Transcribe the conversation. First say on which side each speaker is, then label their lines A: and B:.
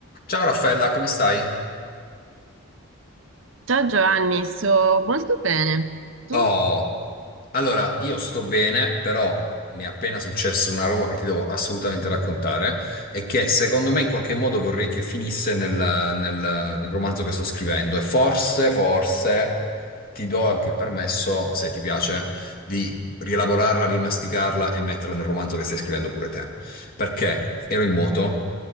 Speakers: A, on the left (about 45°); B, on the right (about 70°).
A: Ciao Raffaella, come stai?
B: Ciao Giovanni, sto molto bene. Tu?
A: Oh, allora io sto bene, però mi è appena successo una roba che ti devo assolutamente raccontare e che secondo me in qualche modo vorrei che finisse nel, nel- nel romanzo che sto scrivendo e forse, forse ti do anche il permesso, se ti piace, di rielaborarla, rimasticarla e metterla nel romanzo che stai scrivendo pure te. Perché ero in moto,